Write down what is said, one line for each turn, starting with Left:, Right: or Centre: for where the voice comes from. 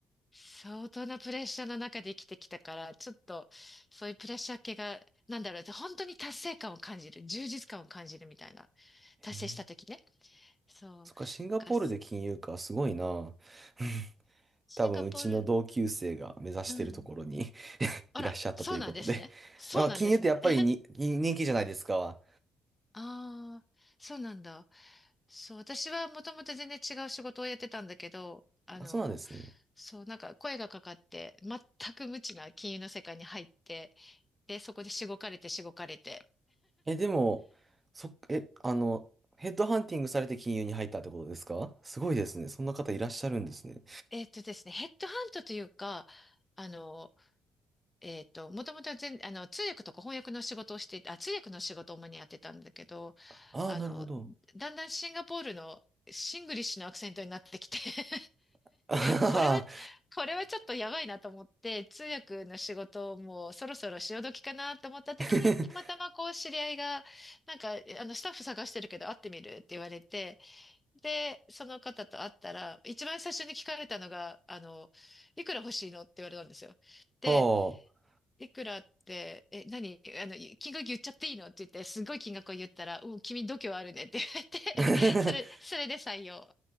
Left: 相当なプレッシャーの中で生きてきたから、ちょっと、そういうプレッシャー系が、なんだろう、本当に達成感を感じる、充実感を感じるみたいな。
Right: へえ
Left: 達成した時ね。そう。
Right: そっか、シンガポールで金融か、
Left: なんか
Right: すごいな。<laughs>
Left: シンガポール、
Right: 多分、うちの同級生が目指してるところに
Left: うん。
Right: <laughs>
Left: あら、
Right: いらっしゃったということで。
Left: そうなんですね。そうなんですね。
Right: まあ金融ってやっぱりに、
Left: <laughs>
Right: 人気じゃないですか。
Left: ああ、そうなんだ。そう、私はもともと全然違う仕事をやってたんだけど、あの、
Right: あ、そうなんですね。
Left: そう、なんか声がかかって、全く無知な金融の世界に入って、で、そこでしごかれて、しごかれて。
Right: え、でも、そっ、え、あの、ヘッドハンティングされて金融に入ったってことですかすごいですね。そんな方いらっしゃるんですね。
Left: えっとですね、ヘッドハントというか、あの、えっと、もともと全、あの、通訳とか翻訳の仕事をしていたあ、通訳の仕事を主にやってたんだけど、
Right: ああ、
Left: あの、
Right: なるほど。
Left: だんだんシンガポールのシングリッシュのアクセントになってきて <laughs>
Right: <laughs> あはは。
Left: これは、これはちょっとやばいなと思って、通訳の仕事をもうそろそろ潮時かなと思った時に、
Right: <laughs>
Left: たまたまこう知り合いが、なんか、あの、スタッフ探してるけど会ってみるって言われて、で、その方と会ったら、一番最初に聞かれたのが、あの、いくら欲しいのって言われたんですよ。
Right: は
Left: で
Right: あ。
Left: いくらって、え、何あの、金額言っちゃっていいのって言って、すごい金額を言ったら、うん、君度胸あるねって言われて、
Right: <laughs>
Left: <laughs> それ、それで採用。